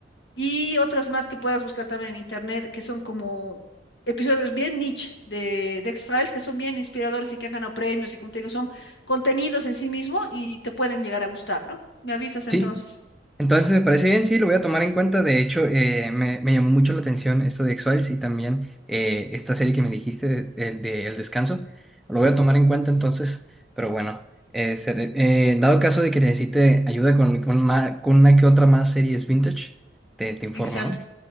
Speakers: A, on the left; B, in the centre.
A: y otras más que puedas buscar también en internet, que son como episodios bien niche de, de X-Files, que son bien inspiradores y que han ganado premios, y como te digo, son contenidos en sí mismo y te pueden llegar a gustar, ¿no? Me avisas entonces.
B: sí. Entonces me parece bien, sí, lo voy a tomar en cuenta. De hecho, eh, me, me llamó mucho la atención esto de X-Files y también eh, esta serie que me dijiste de, de- de El Descanso. Lo voy a tomar en cuenta entonces, pero bueno, eh, seré- eh, dado caso de que necesite ayuda con, con, ma- con una que otra más series vintage, te, te informo,
A: Exacto.
B: ¿no?